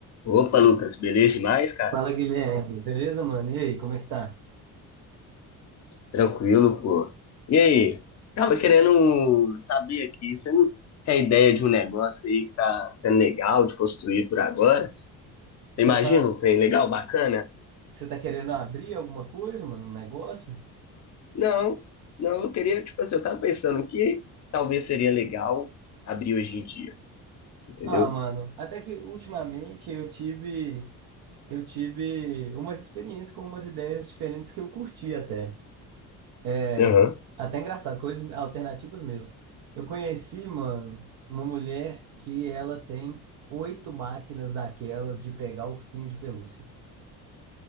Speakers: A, on the left (about 40°); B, on the right (about 60°).
A: Opa, Lucas, beleza demais, cara?
B: Fala, Guilherme. Beleza, mano? E aí, como é que tá?
A: Tranquilo, pô. E aí? Tava querendo saber aqui, você não tem ideia de um negócio aí que tá sendo legal de construir por agora?
B: Você
A: Imagina
B: tá,
A: um trem legal, bacana?
B: você tá querendo abrir alguma coisa, mano? Um negócio?
A: Não, não, eu queria, tipo assim, eu tava pensando que talvez seria legal abrir hoje em dia, entendeu?
B: Ah, mano, até que ultimamente eu tive, eu tive umas experiências com umas ideias diferentes que eu curti até. É,
A: Aham.
B: até engraçado, coisas alternativas mesmo. Eu conheci, mano, uma mulher que ela tem oito máquinas daquelas de pegar ursinho de pelúcia.